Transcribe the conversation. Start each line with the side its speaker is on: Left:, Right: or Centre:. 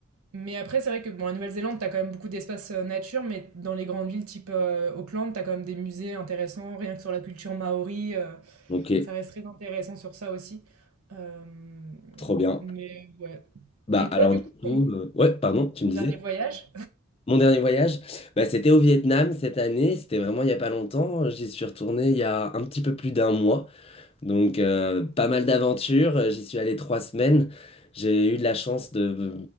Right: mais après, c'est vrai que bon, à Nouvelle-Zélande, t'as quand même beaucoup d'espaces euh, nature. Mais dans les grandes villes type euh, Auckland, t'as quand même des musées intéressants, rien que sur la culture maori. euh,
Left: Ok,
Right: ça reste très intéressant sur ça aussi. Euh,
Left: trop bien.
Right: mais ouais.
Left: Bah,
Right: Et
Left: alors,
Right: toi, du
Left: du
Right: coup,
Left: coup...
Right: ton
Left: euh, Ouais, pardon, tu me
Right: ton
Left: disais?
Right: dernier voyage?
Left: Mon dernier voyage, bah, c'était au Vietnam cette année. C'était vraiment il n'y a pas longtemps. J'y suis retourné il y a un petit peu plus d'un mois. Donc, euh, pas mal d'aventures. J'y suis allé trois semaines. J'ai eu de la chance de,